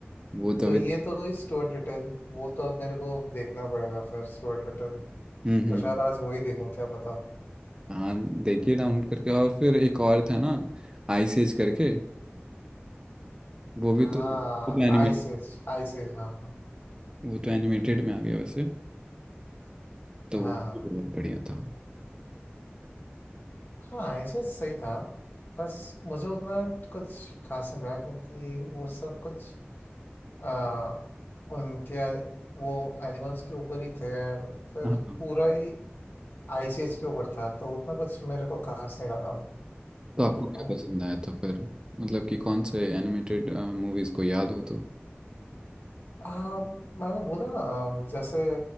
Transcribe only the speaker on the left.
तो
ये तो इस स्टुअर्ट लिटिल वो तो अब मेरे को देखना पड़ेगा फिर स्टुअर्ट लिटिल
तो
शायद आज वही देखूं क्या पता
हाँ
आइसेज आइसेज हाँ
हाँ
हाँ
हाँ ऐसे सही था बस मुझे उतना कुछ खास नहीं लगा क्योंकि वो सब कुछ आ, उनके वो एनिमल्स के ऊपर ही थे फिर
पूरा ही आईसीएच के ऊपर था तो उतना कुछ मेरे को खास नहीं लगा
तो
हाँ
आ, मैंने बोला ना आ, जैसे